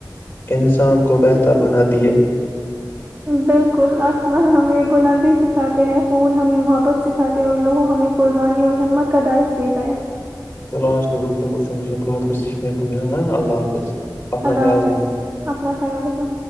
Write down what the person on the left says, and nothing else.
انسان کو بہتر بناتی ہے
تو آج کی گفتگو سے مجھے بہت کچھ سیکھنے کو ملا تھا اللہ حافظ اپنا
خیال
رکھنا